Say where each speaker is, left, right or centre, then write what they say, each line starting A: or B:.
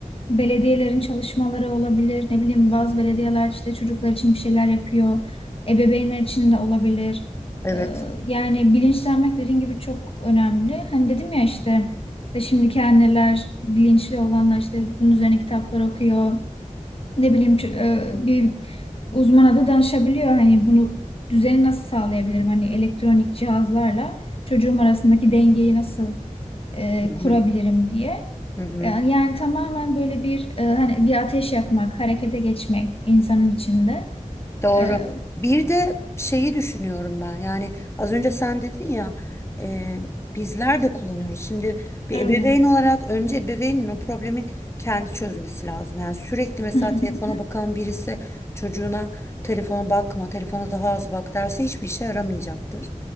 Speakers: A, on the left; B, on the left.
A: belediyelerin çalışmaları olabilir. Ne bileyim bazı belediyeler işte çocuklar için bir şeyler yapıyor. Ebeveynler için de olabilir.
B: evet.
A: Ee, yani bilinçlenmek dediğim gibi çok önemli. Hani dedim ya işte e, şimdiki anneler, bilinçli olanlar işte bunun üzerine kitaplar okuyor. Ne bileyim çö- e, bir uzmana da danışabiliyor. Hani bunu düzeni nasıl sağlayabilirim? Hani elektronik cihazlarla çocuğum arasındaki dengeyi nasıl e,
B: Hı
A: kurabilirim
B: hı,
A: diye.
B: hı hı.
A: Yani, yani tamamen böyle bir e, hani bir ateş yakmak, harekete geçmek insanın içinde.
B: Doğru.
A: E,
B: Bir de şeyi düşünüyorum ben. Yani az önce sen dedin ya e, bizler de kullanıyoruz. Şimdi bir
A: evet.
B: ebeveyn olarak önce ebeveynin o problemi kendi çözmesi lazım. Yani sürekli mesela
A: Hı hı,
B: telefona bakan birisi çocuğuna telefona bakma, telefona daha az bak derse hiçbir işe yaramayacaktır.